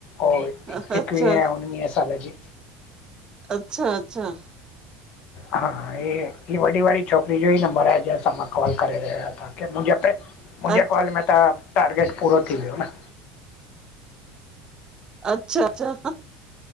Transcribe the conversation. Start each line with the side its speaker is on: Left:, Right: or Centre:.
Left: और
Right: हा
Left: ईकवींहे
Right: अच्छा
Left: उणंवीहे साले जी
Right: अच्छा अच्छा
Left: हा हे वॾी वारी छोकरी जो ई नंबर आहे जंहिंसां मां कॉल करे रहियो आहियां तव्हांखेे मुंहिंजे
Right: अच्छा
Left: कॉल में त टारगेट पूरो थी वयो न।
Right: अच्छा अच्छा